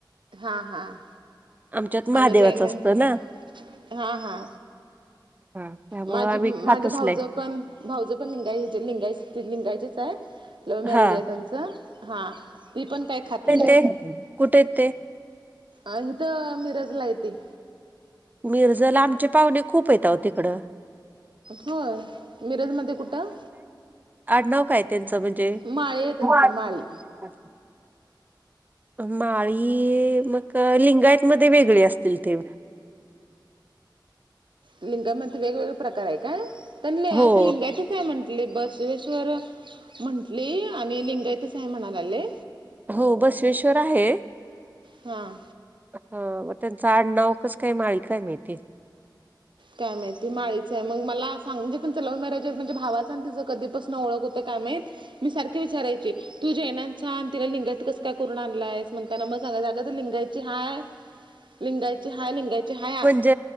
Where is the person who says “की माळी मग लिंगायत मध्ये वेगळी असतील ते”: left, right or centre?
Right